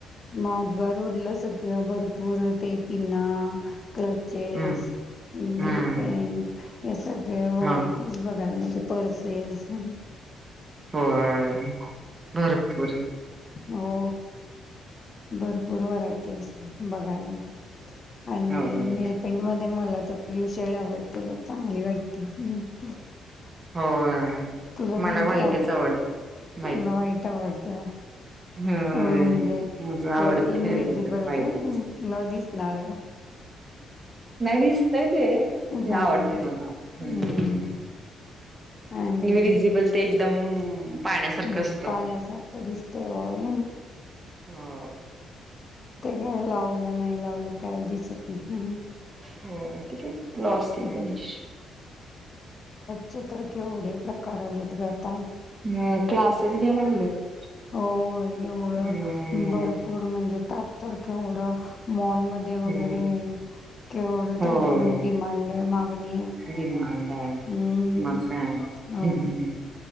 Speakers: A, on the left; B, on the right.
A: माधवा रोडला सगळ्या ते पिना क्लोचेस,
B: हम्म
A: नेलपेंट
B: हम्म
A: सगळे व्हरायटीज
B: मग
A: बघायला म्हणजे पर्स <unintelligible>
B: होय भरपूर
A: हो भरपूर व्हरायटी असते बघायला आणि
B: होय
A: नेलपेंट मध्ये मला तर ब्लू शेड <unintelligible> वाट्टे बघ वा <unintelligible>
B: होय.
A: तुला कोणती
B: मला व्हाईटच
A: आवड
B: आवडतं व्हाईट
A: तुला वाईट आवडते
B: होय.
A: म्हणजे
B: माझं
A: का
B: आवडतं
A: इनवि्हजिबल
B: फेवरेटच व्हाईटच.
A: का न दिसणार
B: नाही दिसतय ते ते
A: हा
B: आवडते मला. हम्म
A: हम् आणि
B: विसिबल ते एकदम पाण्यासारखं
A: हम्
B: असतं.
A: पाण्यासारखं दिसत वय
B: होय.
A: ते काय लावलं नाही लावलं काय दिसत नाही.
B: हो ग्लोसी
A: हं.
B: फिनिश
A: चित्र केवढ प्रकार आलेत ग आता
B: ह क्लासेस घ्यायला लागलेत.
A: हो एवढं
B: हम्म
A: भरपूर म्हणजे <unintelligible> मध्ये वगैरे
B: हो
A: केवढ
B: होय
A: त्याला डिमांड आहे मागणी आहे.
B: डिमांड आहे.
A: हम्म
B: मग काय.
A: हो
B: हम्म